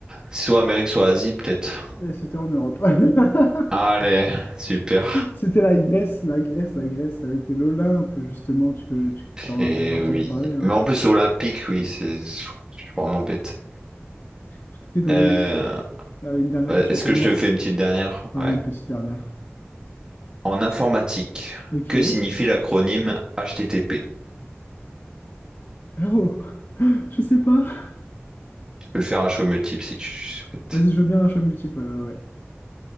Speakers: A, on the right; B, on the left.
A: Soit Amérique, soit Asie, peut-être.
B: Et c'était en Europe. <laughs>
A: Allez, super.
B: C'était la Grèce, la Grèce, la Grèce, avec l'Olympe, justement, tu, tu en
A: Et
B: as entendu
A: oui.
B: parler, hein.
A: Mais en plus, c'est olympique, oui, c'est je suis vraiment bête.
B: Tout était dans
A: Euh,
B: le nom. Allez, une dernière
A: bah,
B: question
A: est-ce
B: pour
A: que
B: moi.
A: je te fais une petite dernière?
B: Ouais,
A: Ouais.
B: allez, une petite dernière.
A: En informatique,
B: Ok.
A: que signifie l'acronyme HTTP?
B: Oh, <laughs> je sais pas.
A: Je peux le faire à choix multiple si tu souhaites.
B: Vas-y, je veux bien un choix multiple. Ouais, ouais, ouais.